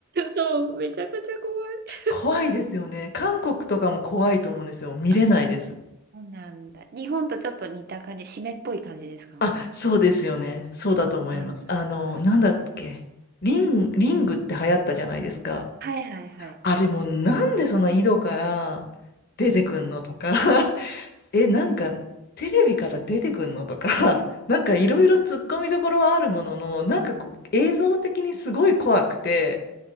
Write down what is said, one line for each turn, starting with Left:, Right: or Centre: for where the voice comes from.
Right: そう、めちゃくちゃ怖い。
Left: 怖いですよね。韓国とかも怖いと思うんですよ。見れないです。
Right: あ、そうなんだ。日本とちょっと似た感じ、湿っぽい感じですか
Left: あ、そうですよね。そうだと思います。
Right: あー
Left: あの、なんだっけ。リン、リングって流行ったじゃないですか。
Right: はいはいはい。
Left: あれもうなんでそんな井戸から出てくんのとか。<laughs> え、なんか、テレビから出てくんのとか、<laughs> なんかいろいろ突っ込みどころはあるものの、なんかこう、映像的にすごい怖くて、